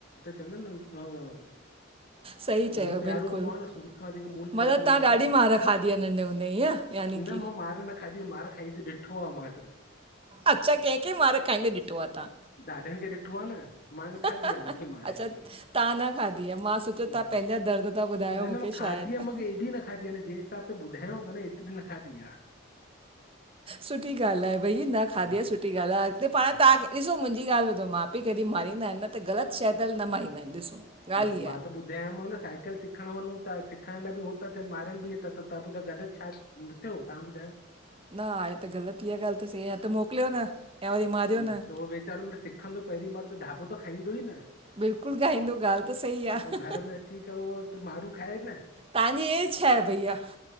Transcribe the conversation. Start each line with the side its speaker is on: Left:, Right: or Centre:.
Left: चंदं <unintelligible>
Right: सही
Left: मुूल
Right: चयो
Left: प्यारो
Right: बिल्कुलु
Left: हूंदो आह न सुत खां वधीक मुूल
Right: मतिलबु
Left: प्यारो
Right: तव्हां
Left: हूंदो आह
Right: ॾाढी
Left: न।
Right: मार खाधी आहे नंढे हूंदे ईअं यानी
Left: न
Right: की
Left: मां मार न खाधी मार खाईंदी ॾिठो आहे मां सिर्फ़।
Right: अच्छा कंहिंखे मार खाईंदेॾठो आह तव्हां?
Left: ॾाॾनि खे ॾिठो आह न। मां न खाधी
Right: तव्हां
Left: हालकी मारे
Right: अच्छा
Left: एतिरी
Right: तव्हां न खाधी आहे मां सोचियो
Left: न
Right: तव्हां पंहिंजा
Left: न?
Right: दर्द था ॿुधायो
Left: न
Right: मूंखे
Left: न मां खाधी
Right: शायदि
Left: आहे मूंखे हेएॾी न खाधी आहे जंहिं हिसाब सां ॿुधायांव थो न एतिरी न खाधी आह।
Right: सुठी ॻाल्हि आहे भई न खाधी
Left: हा
Right: आहेसुठी ॻाल्हि आहे अॻिते
Left: हा
Right: पाण तव्हांखे ॾिसो मुंहिंजी ॻाल्हि ॿुधो माउ पउ कॾ मंदा न त ग़लि शैदल न मारींदा आहिनि ॾिसो ॻाल्हि
Left: न त
Right: इहा
Left: म मां
Right: आहे
Left: बुध दधयाम न साइकिल सिखणु वञूं था। सिखण लाइ बिह था थियनि ॿारनि बि थाव्हां ॿुधा ग़लति छा न थियो तव्हां ॿुधायो?
Right: न आहे त ग़लति, ई ॻाल्हि त सेी आहे त मोकिलियो न। या वरी मारियो
Left: त
Right: न
Left: उो वीचारे में सिखंदो पहिरीं बार त ढाॿो त खाईंदो ई न।
Right: बिल्कुलु ॻाईंदो ॻाल्हि सही
Left: त
Right: आहे
Left: पोइ घर में अची करे उह त मारू खाए न।
Right: तव्हांजी एज छा आहे? भैया